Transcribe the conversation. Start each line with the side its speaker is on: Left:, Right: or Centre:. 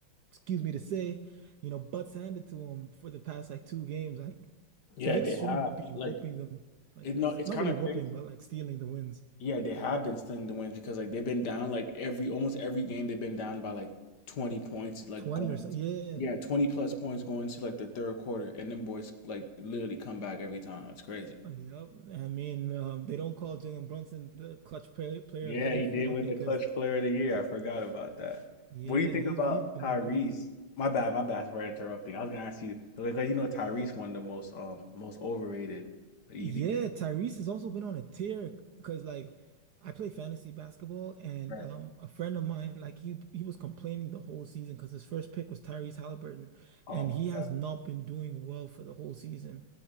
Right: excuse me to say, you know, butts handed to them for the past like two games. Like
Left: Yeah,
Right: Knicks
Left: they
Right: shouldn't
Left: have
Right: be whooping
Left: like
Right: them like
Left: it.
Right: this.
Left: No, it's
Right: Not
Left: kind
Right: really
Left: of
Right: whooping,
Left: crazy.
Right: but like stealing the wins.
Left: Yeah, they have been stealing the wins because like they've been down like every almost every game they've been down by like 20 points like
Right: 20
Left: going
Right: or so. Yeah.
Left: yeah, 20 plus points going to like the third quarter and then boys like literally come back every time. It's crazy.
Right: Yep. I mean, um, they don't call Jalen Brunson the clutch play, player
Left: Yeah,
Right: of the year
Left: he
Right: for
Left: did
Right: nothing
Left: win the
Right: because,
Left: clutch player of the year. I forgot about that.
Right: yeah,
Left: What do you think
Right: he's
Left: about
Right: he's been
Left: Tyrese?
Right: going crazy.
Left: My bad, my bad for interrupting. I was gonna ask you because you know Tyrese won the most um most overrated. Like, You
Right: Yeah,
Left: do you think
Right: Tyrese has also been on a tear because like I play fantasy basketball and
Left: right?
Right: um a friend of mine like he he was complaining the whole season because his first pick was Tyrese Halliburton
Left: Oh
Right: and
Left: my
Right: he has
Left: God,
Right: not been doing well for the whole season.